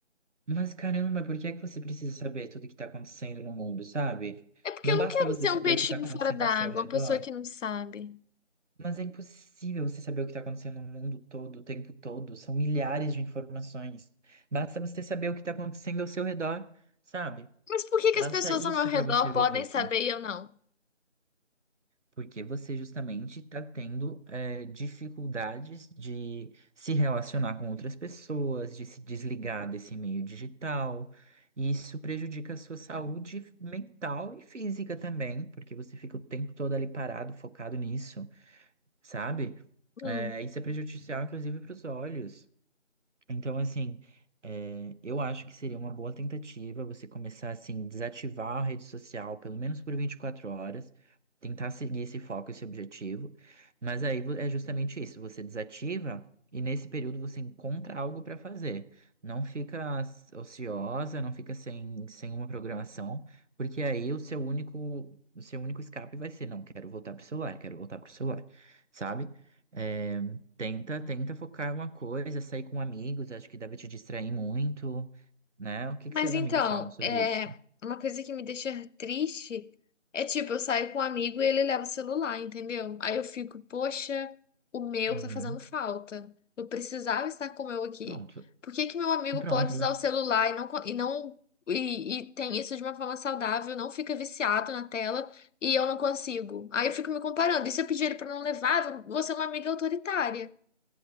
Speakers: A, on the right; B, on the left.
A: Mas caramba, por que é que você precisa saber tudo que está acontecendo no mundo, sabe?
B: É porque
A: Não
B: eu
A: basta
B: não quero
A: você
B: ser
A: saber
B: um peixinho
A: o que está acontecendo
B: fora d'água,
A: ao seu redor,
B: uma pessoa que não sabe.
A: mas é impossível você saber o que está acontecendo no mundo todo, o tempo todo. São milhares de informações. Basta você saber o que está acontecendo ao seu redor, sabe?
B: Mas por que que
A: Basta
B: as pessoas
A: isso
B: ao meu redor
A: para você viver.
B: podem saber e eu não?
A: Porque você justamente está tendo eh, dificuldades de se relacionar com outras pessoas, de se desligar desse meio digital. E isso prejudica a sua saúde mental e física também, porque você fica o tempo todo ali parado, focado nisso, sabe?
B: Hum.
A: Eh, isso é prejudicial, inclusive, para os olhos. Então, assim, é, eu acho que seria uma boa tentativa você começar, assim, desativar a rede social, pelo menos por 24 horas, tentar seguir esse foco, esse objetivo. Mas aí vo- é justamente isso, você desativa e nesse período você encontra algo para fazer. Não fica s- ociosa, não fica sem, sem uma programação, porque aí o seu único, o seu único escape vai ser, não, quero voltar pro celular, quero voltar pro celular, sabe? Eh, Tenta, tenta focar em uma coisa, sair com amigos, acho que deve te distrair muito, né? O que
B: Mas
A: que seus
B: então,
A: amigos falam sobre
B: é
A: isso?
B: uma coisa que me deixa triste é tipo, eu saio com um amigo e ele leva o celular, entendeu? Aí eu fico, poxa, o meu
A: Uhum,
B: tá fazendo falta. Eu precisava estar com o meu aqui.
A: pronto.
B: Por que que meu amigo
A: Então, pronto,
B: pode usar
A: mas
B: o celular e não co- e não e, e tem isso de uma forma saudável, não fica viciado na tela e eu não consigo? Aí eu fico me comparando. E se eu pedir ele pra não levar, eu vou ser uma amiga autoritária.